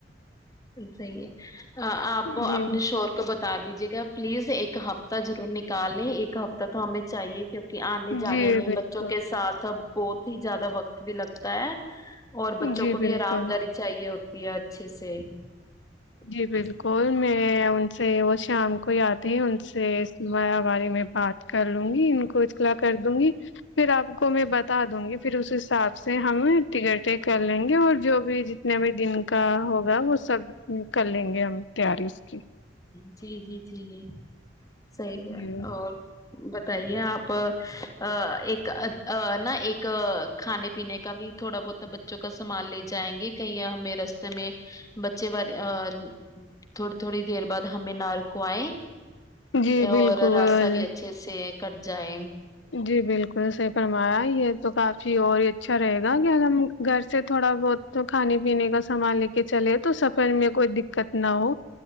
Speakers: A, on the left; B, on the left.
A: صحی ہے <unintelligible> آپ اپنے
B: جی
A: شور کو ب <unintelligible> بتا دیجیے گا پلیز ایک ہفتہ ضرور نکالیں ایک ہفتہ تو ہمیں چاہیے کیکہ <unintelligible> آنے جانے
B: جی
A: میں
B: بالکل
A: بچوں کے ساتھ <unintelligible> بہت ہی زیادہ وقت بھی لگتا ہے <unintelligible> اور بچوں
B: جی
A: کو بھی
B: بالکل
A: آرام داری چاہیے ہو <unintelligible> دیا اچھے سے <unintelligible>
B: جی
A: کس
B: بالکل میں ان <unintelligible> سے وہ شام کو ہی آتے ہیں ان سے بارے میں بات کر لوں گی ان کو اطخلاع کر دوں گی پھر آپ کو میں بتا دوں گی پھر اس حساب سے ہم ٹکٹیں کر لیں گے اور جو بھی جتنے بھی دن کا ہوگا وہ سب <unintelligible> ہ کر لیں گے ہم <unintelligible> تیاری اس کی <unintelligible>
A: جی جی جی جی <unintelligible> صحی ہے
B: جی
A: اور <unintelligible> بتائیے آپ ایک نا ایک کھانے پینے کا بھی تھوڑا بہت بچوں کا سامان لے جائیں گے کہیں ہمیں رستے میں بچے والے <unintelligible> تھوڑی تھوڑی دیر بعد ہمیں نار کو آئے <unintelligible>
B: جی بالکل
A: اور راستہ بھی اچھے سے <unintelligible> کرر جائم <unintelligible>
B: جی بالکل صحی فرمایا یہ تو کافی اور اچھا رہے گا کہ ا ہم گھر سے تھوڑا بہت کھانے پینے کا سامان لے کے چلے تو سفر میں کوئی دقت نہ ہو